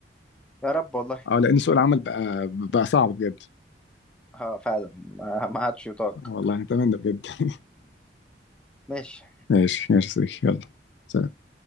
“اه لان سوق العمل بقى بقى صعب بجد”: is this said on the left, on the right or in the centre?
Left